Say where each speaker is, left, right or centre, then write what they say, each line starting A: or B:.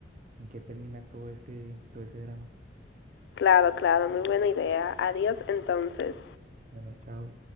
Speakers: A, on the right; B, on the left.
A: en qué termina todo ese, todo ese drama.
B: Claro, claro, muy buena idea. Adiós entonces.
A: Bueno, chao.